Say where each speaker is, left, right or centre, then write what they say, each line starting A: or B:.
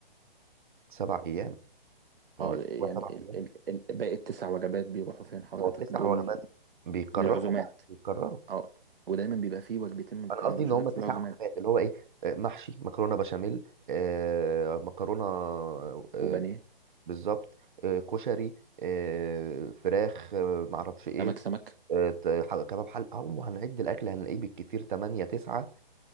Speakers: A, on the right; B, on the right.
A: سبع أيام ما
B: اه
A: هو
B: يعني
A: هو سبع
B: ال
A: أيام
B: ال ال باقي التسع وجبات بيروحوا فين حضرتك
A: ما هو تسع
B: دول
A: وجبات بيكرروا
B: للعزومات
A: بقى بيكرروا
B: اه ودايما بيبقى فيه وجبتين ما بتعملوش
A: أنا قصدي إن هم
B: غير في
A: تسع
B: العزومات
A: وجبات اللي هو إيه آه، محشي مكرونة بشاميل آه، مكرونة آه،
B: وبانيه
A: بالظبط آه، كشري آه، فراخ آه، معرفش إيه
B: سمك سمك
A: آه، ت- ح- كباب حل أو هنعد الأكل هنلاقيه بالكتير تمانية تسعة